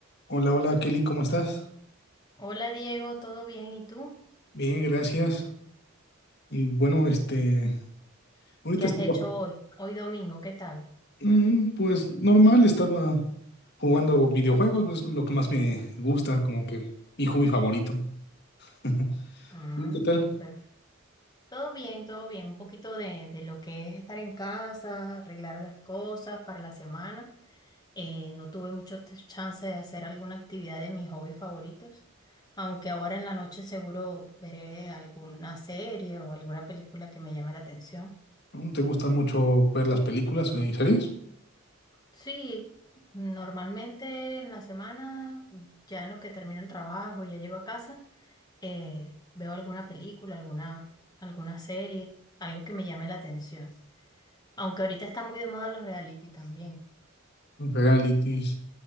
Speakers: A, on the left (about 55°); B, on the left (about 20°).
A: Hola, hola Kelly, ¿cómo estás?
B: Hola Diego, ¿todo bien? ¿Y tú?
A: Bien, gracias. Y bueno, este, ahorita
B: ¿Qué has
A: estoy
B: hecho
A: bajo.
B: hoy? Hoy domingo, ¿qué tal?
A: Mm, pues normal, estaba jugando videojuegos, es lo que más me gusta, como que mi hobby favorito. <laughs>
B: Ah,
A: ¿Tú qué tal?
B: perfecto. Todo bien, todo bien. Un poquito de, de lo que es estar en casa, arreglar las cosas para la semana. Eh, no tuve mucho t- chance de hacer alguna actividad de mis hobbies favoritos, aunque ahora en la noche seguro veré alguna serie o alguna película que me llame la atención.
A: Mm, ¿Te gustan mucho ver las películas y series?
B: Sí, normalmente en la semana, ya en lo que termino el trabajo, ya llego a casa, eh, veo alguna película, alguna, alguna serie, algo que me llame la atención. Aunque ahorita está muy de moda los reality también.
A: Realities.